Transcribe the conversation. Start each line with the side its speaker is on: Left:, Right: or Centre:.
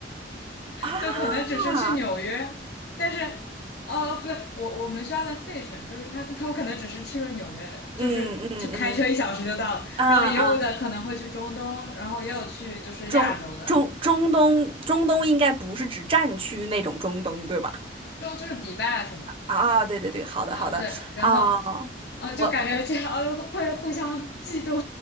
Right: 啊，
Left: 就可能只是去纽约，但是。呃，不对，我我们学校在费城，就是他们他们可能只是去了纽约，
Right: 嗯嗯嗯
Left: 就是就开车一小时就到了，
Right: 啊啊，
Left: 然后也有的可能会去中东，然后也有去就是亚洲的，
Right: 中中中东中东应该不是指战区那种中东，对吧？
Left: 就就是迪拜啊什么的，
Right: 啊，对对对，好的好的啊，
Left: 嗯，对，然后，呃，
Right: 我
Left: 就感觉这样呃会互相嫉妒，